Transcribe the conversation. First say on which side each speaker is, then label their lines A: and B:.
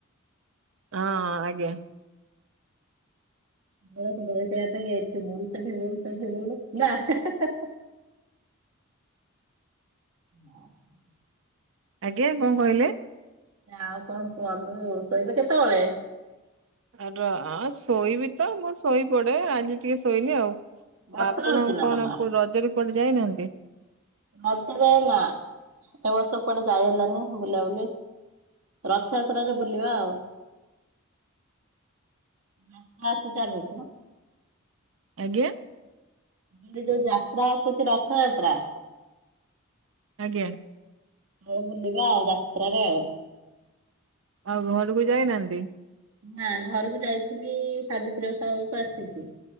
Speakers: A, on the right; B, on the right.
A: ହଁ ଆଜ୍ଞା। <inaudible>
B: ଦେଖ ଦୋଳି ଖେଳିବା ପାଇଁ ଏଠି ବୁଲୁଚନ୍ତି। <unintelligible> ନା ହେଁ ହେଁ ହେଁ।
A: <inaudible>
B: ନାଁ କହୁଚି।
A: ଆଜ୍ଞା କଣ କହିଲେ।
B: ଆଉ କଣ କୁହନ୍ତୁ। ଶୋଇବ କେତେବେଳେ
A: ଆଉ ଅଁ ଶୋଇବି ତ ମୁଁ ଶୋଇ ପଡେ ଆଜି ଟିକେ ଶୋଇନି ଆଉ।
B: ବର୍ଷା
A: ଆପଣ
B: ହଉଛି ନା
A: କଣ
B: ତମ
A: କୁ ରଜରେ କୁଆଡେ ଯାଇନାହାନ୍ତି।
B: ମଝିରେ ନାଁ ଏ ବର୍ଷ କୁଆଡେ ଯାଇ ହେଲାନି। ବୁଲାବୁଲି ରଥଯାତ୍ରାରେ ବୁଲିବା ଆଉ। <unintelligible> ଚାଲୁଚି।
A: ଆଜ୍ଞା।
B: ଇଏ ଯୋଉ ଯାତ୍ରା ଆସୁଛି ରଥଯାତ୍ରା।
A: ଆଜ୍ଞା।
B: ଆଉ ବୁଲିବା ଯାତ୍ରାରେ ଆଉ।
A: ଆଉ ଘରକୁ ଯାଇନାହାନ୍ତି।
B: ନାଁ ଘରକୁ ଯାଇଥିଲି ସାବିତ୍ରୀ ଓଷାବେଳକୁ ଆସିଛି।